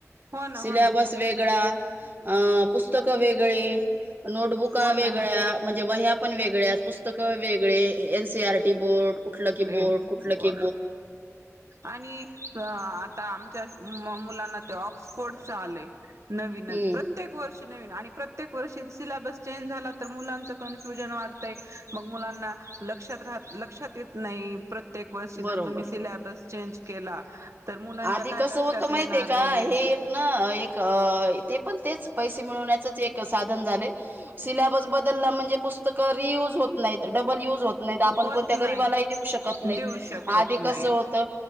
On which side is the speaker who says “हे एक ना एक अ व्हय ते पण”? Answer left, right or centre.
Right